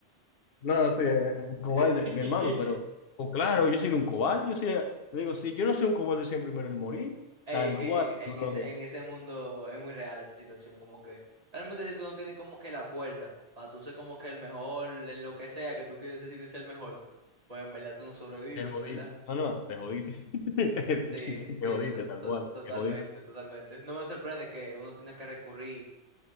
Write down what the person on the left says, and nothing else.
No, sí, un cobarde,
mi hermano, pero o claro, yo soy un cobarde, yo soy, te digo, si yo no soy un cobarde, soy el primero en morir,
tal
cual,
brother,
te jodiste.
No, no, te jodiste. <laughs>
Te jodiste,
tal
cual,
te jodiste.